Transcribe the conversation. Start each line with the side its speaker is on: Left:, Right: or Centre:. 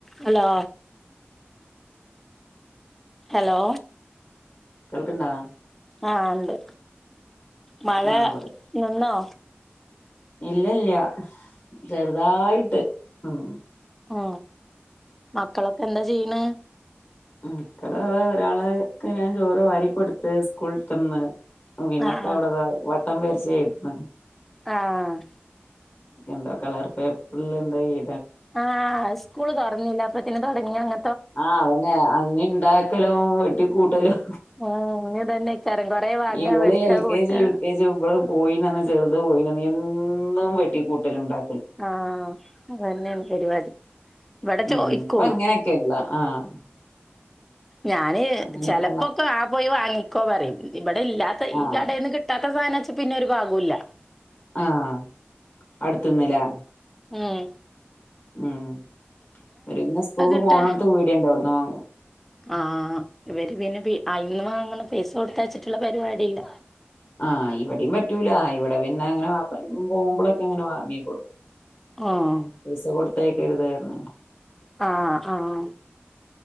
Centre: Hello hello
Left: കേൾക്ണ്ടാ
Centre: ആ ണ്ട് മഴ
Left: ആഹ്
Centre: നിന്നോ
Left: ഇല്ലല്ല്യ ചെറ്തായിട്ട് ആ ആഹ്
Centre: ആ മക്കളൊക്കെ എന്താ ചീയ്യ്ണ്
Left: ഉം ക്കള ഒരാളേക് ഞാൻ ചോറ് വാരികൊട്ത്ത് സ്കൂള്ട്ടന്ന് വിനത്ത
Centre: ആഹ്
Left: അവിടെത വട്ടം വര്ച്ച് എഴുത്ണ്
Centre: ആഹ്
Left: എന്തോ കളർ പേപ്പര്ല് എന്തോയ്യ
Centre: ആഹ് സ്കൂള് തൊർന്നില്ല പ്പ തുടങ്ങി അങ്ങ
Left: ആഹ് അവനെ അങ്ങ ഇണ്ടാക്കലും വെട്ടി കൂട്ടലും.
Centre: ആഹ് ഇനി ഇതന്നെ ചരം കൊറേ വാങ്ങ
Left: ഇവള്
Centre: വെട്ടാ
Left: എൽ
Centre: കൂട്ടാ
Left: കെ ജി യു കെ ജി ഇവള് പോയിനന്ന് ചെറുത് പോയിനന്ന് എന്നും വെട്ടി കൂട്ടലും ഇണ്ടാ
Centre: ആഹ് അത് തന്നെയാണ് പരിപാടി ഇവിടെ ചോയിക്കും.
Left: ഉം ഇപ്പൊ അങ്ങനെയൊക്കെയുള്ള ആഹ്
Centre: ഞാന്
Left: അങ്ങനെയൊക്കെയുള്ള
Centre: ചെലപ്പോക്കെ ആ പോയി വാങ്ങി കോ പറയൽണ്ട് ഇവിടെ ഇല്ലാത്ത
Left: ആഹ്
Centre: ഈ കടേന്ന് കിട്ടാ- ഈ സാനാ ച്ച പിന്നൊരു ഭാഗോല്ല
Left: ആഹ് അടുത് ന്ന് ലേ
Centre: മ്മ്-
Left: ഉം വൽ പിന്നെ സ്കൂള്
Centre: അത്
Left: ക്ക്
Centre: കിട്ട
Left: പോണോടുത്ത് പീട്യ ണ്ട് അവിടു ന്ന് വാങ്ങും
Centre: ആഹ് ഇവര് പിന്നെ ഐന്ന് മാങ്ങണ പൈസ കൊട് തൈച്ചിട്ടുള്ള പരിപാടി ഇല്ല
Left: ആഹ് ഇവിടിം പറ്റൂല ഇവിടെ പിന്നെ അങ്ങനെ പോകുമ്പോളൊക്കെ അങ്ങനെ വാങ്ങീ കൊടുക്കും
Centre: ആഹ്
Left: പൈസ കൊടു തയ്ക്കരുത് പറഞ്ഞണ്
Centre: ആഹ് ആഹ്